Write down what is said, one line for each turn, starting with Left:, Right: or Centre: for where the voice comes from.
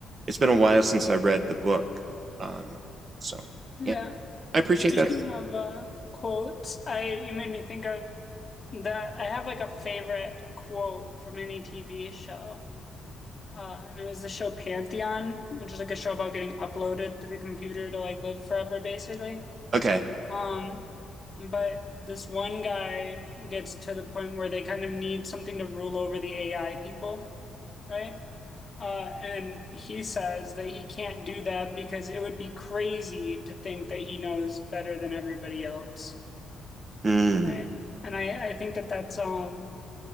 Right: it's been a while since I read the book. Um, so
Left: Yeah.
Right: yeah, I appreciate
Left: Speaking
Right: that.
Left: of uh quotes, I you made me think of that I have like a favorite quote from any TV show. Uh, and it was the show Pantheon, which is like a show about getting uploaded to the computer to like live forever, basically.
Right: Okay.
Left: Um, but this one guy gets to the point where they kind of need something to rule over the AI people, right? Uh, and he says that he can't do that because it would be crazy to think that he knows better than everybody else,
Right: Mm,
Left: right? And I, I think that that's um